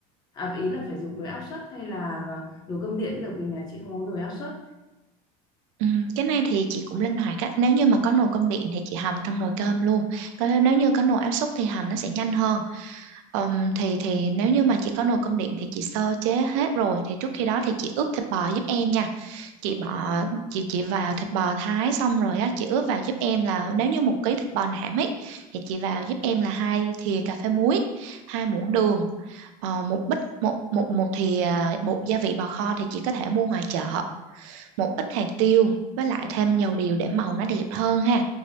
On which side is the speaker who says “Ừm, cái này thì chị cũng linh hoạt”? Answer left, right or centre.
Right